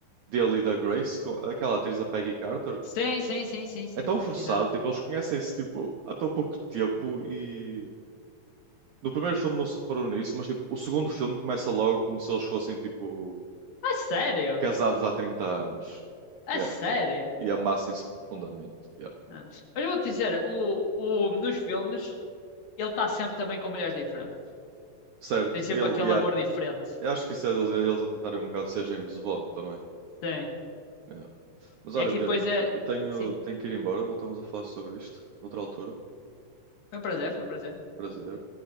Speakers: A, on the right; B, on the left.
A: dele e da Grace, com aquela atriz, a Peggy Carter.
B: Sim, sim, sim, sim, sim.
A: É tão forçado,
B: Exato.
A: tipo, eles conhecem-se tipo, há tão pouco tempo e no primeiro filme não se reparou nisso, mas tipo, o segundo filme começa logo como se eles fossem tipo
B: É sério?
A: casados há 30 anos.
B: É
A: Yeah.
B: sério?
A: E amassem-se profundamente. Yeah.
B: Ah. Mas eu vou-te dizer, o, o, nos filmes, ele está sempre também com mulheres diferentes.
A: Certo,
B: Tem sempre
A: ele,
B: aquele
A: yeah.
B: amor diferente.
A: Eu acho que isso é deles- eles a tentarem um bocado ser James Bond também.
B: Sim.
A: Yeah. Mas
B: E
A: olha,
B: aqui
A: Pedro,
B: depois é.
A: eu tenho,
B: Sim.
A: tenho que ir embora, voltamos a falar sobre isto noutra altura.
B: Foi um prazer,
A: Tá?
B: foi um prazer.
A: Prazer.